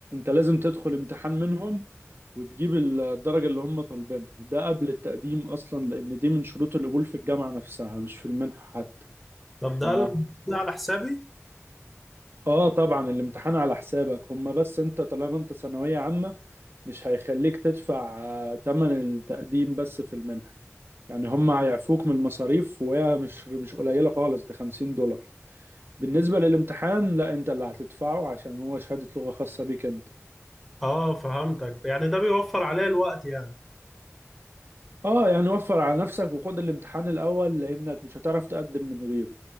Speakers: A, on the right; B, in the centre.
A: لازم تدخل امتحان منهم وتجيب الدرجة اللي هم طالبينها ده قبل التقديم أصلا لأن دي من شروط القبول في الجامعة نفسها مش في المنحة حتى
B: طب ده
A: ف
B: ده على حسابي؟
A: آه طبعا الامتحان على حسابك هم بس أنت طالما أنت ثانوية عامة مش هيخليك تدفع آه، تمن التقديم بس في المنحة يعني هم هيعفوك من المصاريف وهي مش مش قليلة خالص ده 50 دولار بالنسبة للامتحان لا انت اللي هتدفعه عشان هو شهادة لغة خاصة بيك انت
B: آه فهمتك يعني ده بيوفر عليا الوقت يعني
A: اه يعني وفر على نفسك وخد الامتحان الاول لانك مش هتعرف تقدم من غيره